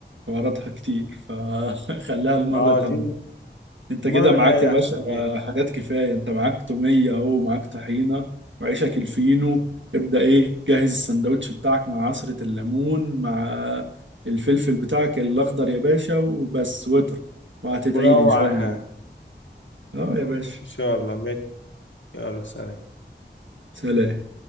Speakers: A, on the right; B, on the left.
A: حواراتها كتير فخليها <laughs> المرة
B: اه
A: تانية
B: دي
A: انت
B: المره
A: كده معاك
B: الجايه
A: يا باشا
B: احسن ماشي
A: حاجات كفايه انت معاك توميه اهو معاك طحينه وعيشك الفينو ابدا ايه جهز السندوتش بتاعك مع عصره الليمون مع الفلفل بتاعك الاخضر يا باشا وبس واضرب وهتدعي
B: وروق
A: لي ان شاء
B: على
A: الله
B: حالك
A: اه يا باشا
B: ان شاء الله ماشي يلا سلام
A: سلام